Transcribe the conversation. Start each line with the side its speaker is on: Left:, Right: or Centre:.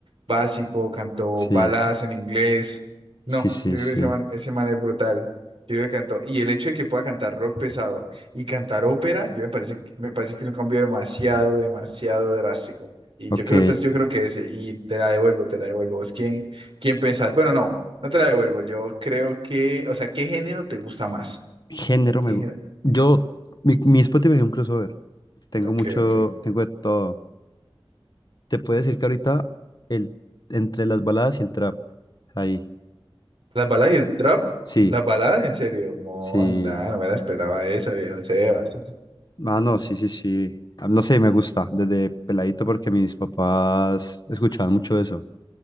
Right: básico, cantó
Left: Sí,
Right: baladas en inglés. No,
Left: sí, sí,
Right: yo creo
Left: sí.
Right: que ese man, ese man es brutal. Yo creo que cantó. Y el hecho de que pueda cantar rock pesado y cantar ópera, yo me parece, me parece que es un cambio demasiado, demasiado drástico. Y
Left: Ok.
Right: yo creo, entonces yo creo que ese, y te la devuelvo, te la devuelvo. ¿Vos quién, quién pensás? Bueno, no, no te la devuelvo. Yo creo que, o sea, ¿qué género te gusta más?
Left: Género
Right: ¿Qué
Left: me gusta.
Right: género?
Left: Yo, mi, mi Spotify es un crossover. Tengo
Right: Ok,
Left: mucho,
Right: ok.
Left: tengo de todo. Te puedo decir que ahorita el, entre las baladas y el trap. Ahí.
Right: ¿Las baladas y el trap?
Left: Sí,
Right: ¿Las baladas? En serio. Monda,
Left: sí.
Right: no me la esperaba esa, viejo Sebas.
Left: Mano, sí, sí, sí. Ah, No sé, me gusta desde peladito porque mis papás escuchaban mucho eso.